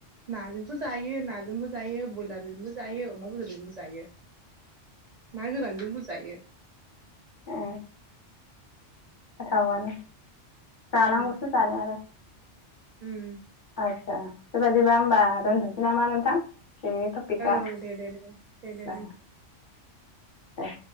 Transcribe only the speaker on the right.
नाजोंथ' जायो नाजोंबो जायो बयलारजोंबो जायो अमा बेदरजोंबो जायो ना गोरानजोंबो जायो।
उम
उम
औ दे दे दे दे दे नोंथां